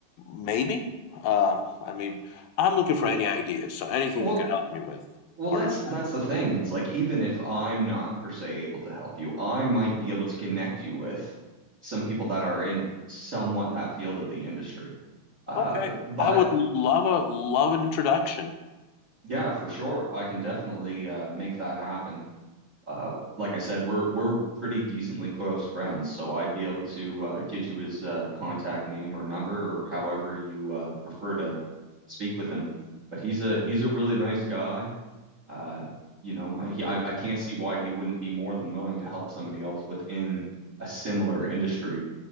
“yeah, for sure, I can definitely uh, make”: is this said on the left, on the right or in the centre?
Right